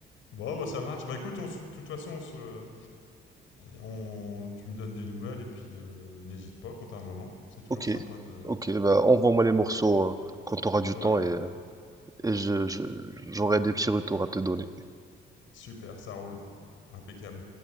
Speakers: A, on the left (about 80°); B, on the right (about 15°).
A: Bon, bah ça marche. Bah écoute, on se- de toute façon, on se, on, tu me donnes des nouvelles et puis euh, n'hésite pas quand t'as un moment. C'est toujours
B: Ok.
A: sympa de.
B: Ok, bah, envoie-moi les morceaux euh, quand tu auras du
A: Ouais,
B: temps et, euh, et je, je- j'aurai des petits retours à te donner.
A: super, ça roule. Impeccable.